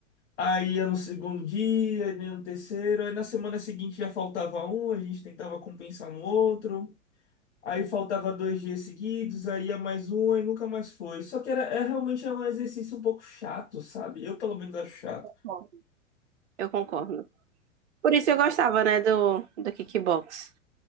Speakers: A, on the left (about 60°); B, on the right (about 60°).
A: Aí ia no segundo dia, ia no terceiro, aí na semana seguinte já faltava um, a gente tentava compensar no outro. Aí faltava dois dias seguidos, aí ia mais um, aí nunca mais foi. Só que era, é realmente é um exercício um pouco chato, sabe? Eu pelo menos acho chato.
B: Bom, Eu concordo. Por isso eu gostava, né, do, do kickbox.